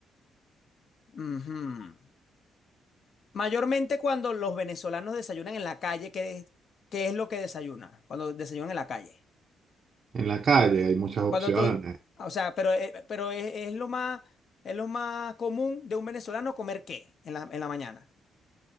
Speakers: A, on the left (about 50°); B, on the right (about 45°).
A: Ujú. Mayormente cuando los venezolanos desayunan en la calle, ¿qué, es- qué es lo que desayunan? Cuando desayunan en la calle.
B: En la calle hay muchas opciones.
A: Cuando tú, o sea, pero, eh, pero es, es lo más, es lo más común de un venezolano comer qué en la, en la mañana.